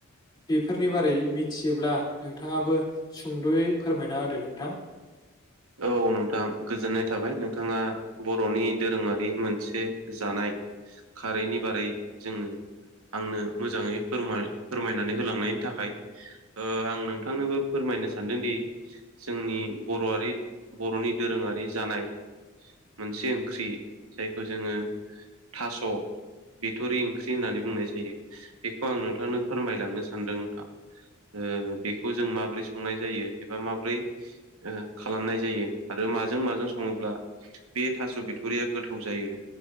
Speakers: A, on the left (about 20°); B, on the right (about 75°).
A: बेफोरनि बारै मिथियोब्ला नोंथाङाबो सुंद'यै फोरमायना होदो नोंथां
B: औ नोंथां गोजोननाय थाबाय नोंथाङा बर'नि दोरोङारि मोनसे जानाय खारैनि बारै जोङो आंनो मोजाङै फोर फोरमायनानै होलांनायनि थाखाय आं नों नोंथांनोबो फोरमायनो सानदोंदि जोंनि बर'आारि बर'नि दोरोङारि जानाय मोनसे ओंख्रि जायखौ जोङो थास' बिथ'रि ओंख्रि होननानै बुंनाय जायो बेखौ आं नोंथांनो फोरमायलांनो सानदों नोंथां ओ बेखौ जों माबोरै संनाय जायो एबा माबोरै खालामनाय जायो आरो माजों माजों सङोब्ला बे थास' बिथरिया गोथाव जायो